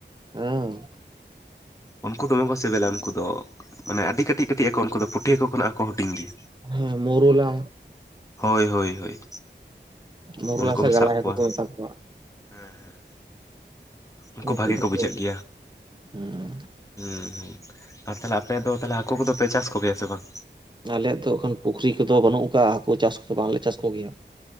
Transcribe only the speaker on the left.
ᱩᱱᱠᱩ ᱫᱚᱢᱮᱠᱚ ᱥᱮᱵᱮᱞᱟ, ᱩᱱᱠᱩ ᱫᱚ ᱢᱟᱱᱮ ᱟᱹᱰᱤ ᱠᱟᱹᱴᱤᱡ ᱠᱟᱹᱴᱤᱡ ᱟᱠᱚ ᱩᱱᱠᱩ ᱫᱚ᱾ ᱯᱩᱴᱷᱤ ᱦᱟᱹᱠᱩ ᱠᱷᱚᱱᱟᱜ ᱦᱚᱸ ᱠᱚ ᱦᱩᱴᱤᱧ ᱜᱮᱭᱟ᱾
ᱦᱳᱭ ᱦᱳᱭ ᱦᱳᱭ,
ᱩᱱᱠᱩᱢ
ᱥᱟᱵ
ᱠᱚᱣᱟ
ᱦᱮᱸ ᱦᱮᱸ᱾ ᱩᱝᱠᱩ
ᱵᱷᱟᱜᱮ
ᱠᱚ ᱵᱩᱡᱷᱟᱹᱜ ᱜᱮᱭᱟ᱾
ᱦᱩᱸ ᱦᱩᱸ ᱟᱨ ᱛᱟᱦᱚᱞᱮ ᱟᱯᱮ ᱫᱚ ᱛᱟᱦᱚᱞᱮ ᱦᱟᱹᱠᱩ ᱠᱚᱫᱚ ᱯᱮ ᱪᱟᱥ ᱠᱚ ᱜᱮᱭᱟ ᱥᱮ ᱵᱟᱝ?